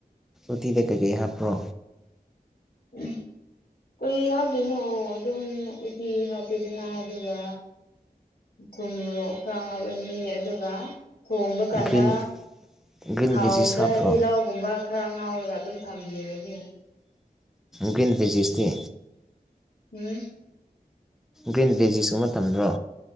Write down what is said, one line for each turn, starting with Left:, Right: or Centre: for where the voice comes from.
Centre: ꯎꯇꯤꯗ ꯀꯩꯀꯩ ꯍꯥꯞꯄ꯭ꯔꯣ꯫
Left: ꯎꯝ ꯀꯔꯤ ꯍꯥꯞꯇꯣꯏꯅꯣ ꯑꯗꯨꯝ ꯎꯇꯤ ꯍꯥꯞꯄꯦꯗꯅ ꯑꯗꯨꯒ ꯊꯨꯝ ꯃꯣꯂꯣꯛ ꯈꯔ ꯍꯥꯞꯂꯅꯤ ꯑꯗꯨꯒ ꯊꯣꯡꯕ ꯀꯥꯟꯗ
Centre: ꯒ꯭ꯔꯤꯟ ꯒ꯭ꯔꯤꯟ
Left: ꯊꯥꯎꯗ
Centre: ꯚꯦꯖꯤꯁ ꯍꯥꯞꯄ꯭ꯔꯣ
Left: ꯇꯤꯂꯥꯎ ꯒꯨꯝꯕ ꯈꯔ ꯉꯥꯎꯔꯒ ꯑꯗꯨꯝ ꯊꯝꯕꯤꯔꯅꯤ꯫
Centre: ꯒ꯭ꯔꯤꯟ ꯚꯦꯖꯤꯁꯇꯤ
Left: ꯎꯝ
Centre: ꯒ꯭ꯔꯤꯟ ꯕꯤꯖꯤꯁꯨꯕ ꯃꯇꯝꯝꯗ꯭ꯔꯣ꯫